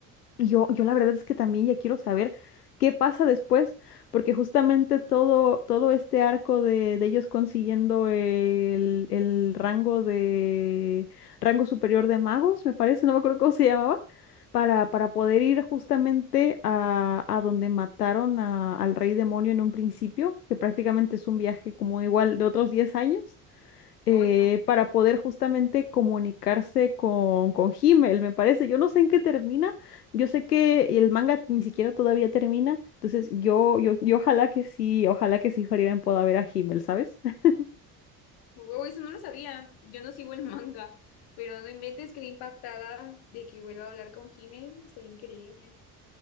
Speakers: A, on the left; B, on the left.
A: Y Yo, yo la verdad es que también ya quiero saber qué pasa después, porque justamente todo, todo este arco de, de ellos consiguiendo el, el rango de rango superior de magos, me parece, no me acuerdo cómo se llamaba, para, para poder ir justamente a, a donde mataron a- al rey demonio en un principio, que prácticamente es un viaje como igual de otros diez años eh,
B: hoy no.
A: para poder justamente comunicarse con, con Himmel, me parece. Yo no sé en qué termina, yo sé que el manga ni siquiera todavía termina, entonces yo, yo, yo ojalá que sí, ojalá que sí Frieren pueda ver a Himmel, ¿sabes? <laughs>
B: Huevo, eso no lo sabía. Yo no sigo el manga. Pero no inventes, quedé impactada de que vuelva a hablar con Himmel. Está increíble.